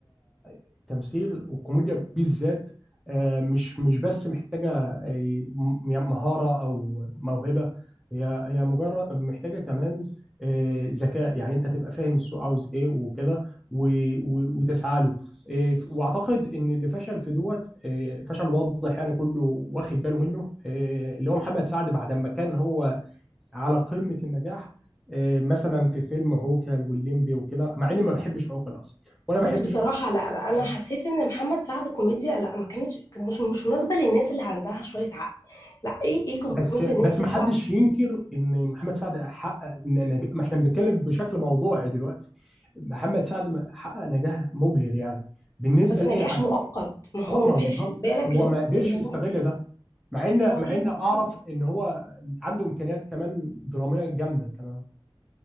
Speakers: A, in the centre; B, on the left.
A: التمثيل والكوميديا بالذات آه، مش مش بس محتاجة آه، م- يعني مهارة أو موهبة هي هي مجرد محتاجة كمان آه، ذكاء يعني أنت تبقى فاهم السوق عاوز إيه وكده و- و- وتسعى له آه، وأعتقد إن اللي فشل في دوت آه، فشل واضح يعني كله واخد باله منه آه، اللي هو محمد سعد بعد ما كان هو على قمة النجاح آه، مثلا في فيلم عوكل والليمبي وكده مع اني ما بحبش عوكل اصلا ولا
B: بص
A: بحبش
B: بصراحة لا لا أنا
A: آه،
B: حسيت إن محمد سعد كوميديا لا ما كانتش كان مش مش مناسبة للناس اللي عندها شوية عقل لا إيه إيه كوميديا
A: بس بس
B: إن أنت تطلع
A: ما حدش ينكر ان محمد سعد حقق نجاح ما احنا بنتكلم بشكل موضوعي دلوقتي محمد سعد ما- حقق نجاح مبهر يعني بالنسبه
B: بس
A: لاي
B: نجاح
A: حد
B: مؤقت ما هو
A: اه
B: مبهر
A: ما هو بالظبط
B: خلي بالك
A: هو
B: لا
A: ما قدرش
B: لأن هو
A: يستغل ده مع ان
B: هو
A: مع
B: كان
A: ان اعرف
B: مختلف
A: ان هو عنده امكانيات كمان دراميه جامده كمان